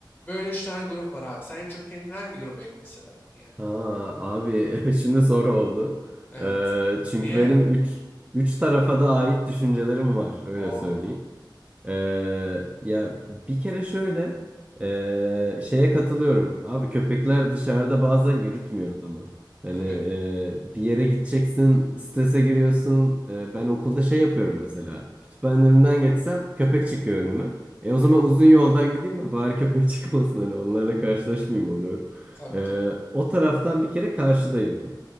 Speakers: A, on the left; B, on the right.
A: Böyle üç tane grup var abi. Sen en çok kendini hangi gruba yakın hissederdin yani?
B: Aa, abi <laughs> şimdi zor oldu.
A: Evet.
B: E, çünkü
A: Niye?
B: benim üç, üç tarafa da ait düşüncelerim var öyle
A: Oo,
B: söyleyeyim.
A: tamam.
B: Ee, ya bir kere şöyle ee, şeye katılıyorum. Abi köpekler dışarıda bazen yürütmüyor adamı. Hani
A: tabii.
B: ee, bir yere gideceksin, strese giriyorsun. Ee, ben okulda şey yapıyorum mesela. Kütüphanenin önünden geçsem köpek çıkıyor önüme. E o zaman uzun yoldan gideyim de bari köpek <laughs> çıkmasın hani onlarla karşılaşmayayım oluyorum.
A: Tabii
B: Ee,
A: tabii.
B: o taraftan bir kere karşıdayım ben.